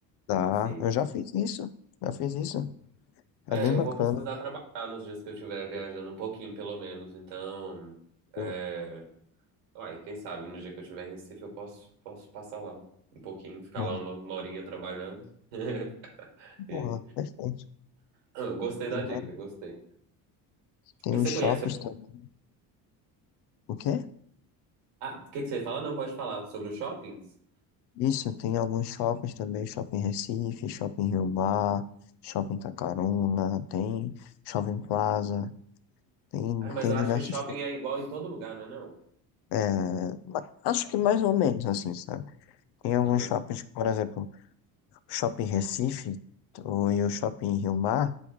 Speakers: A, on the left; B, on the right.
A: Dá.
B: Assim.
A: Eu já fiz isso. Já fiz isso. É
B: É,
A: bem
B: eu
A: bacana.
B: vou precisar trabalhar nos dias que eu estiver viajando um pouquinho, pelo menos. Então, é...
A: Boa,
B: Uai, quem sabe no dia que eu estiver em Recife eu posso, posso passar lá um pouquinho, ficar
A: boa,
B: lá uma, uma horinha trabalhando. <laughs>
A: boa.
B: E...
A: Perfeito.
B: Ah, Gostei da
A: Tem, vários-
B: dica, gostei.
A: tem
B: E
A: os
B: você
A: shoppings
B: conhece...
A: também. O quê?
B: Ah, o que que você fala? Não, pode falar. Sobre os shoppings?
A: Isso, tem alguns shoppings também. Shopping Recife, Shopping Rio Mar, Shopping Tacaruna, tem Shopping Plaza. Tem,
B: Ah, mas
A: tem
B: eu
A: diversos.
B: acho que shopping é igual em todo lugar, não é não?
A: É, ma- acho que mais ou menos assim, sabe? Tem alguns
B: Aham.
A: shoppings, por exemplo, o Shopping Recife ou, e o Shopping Rio Mar,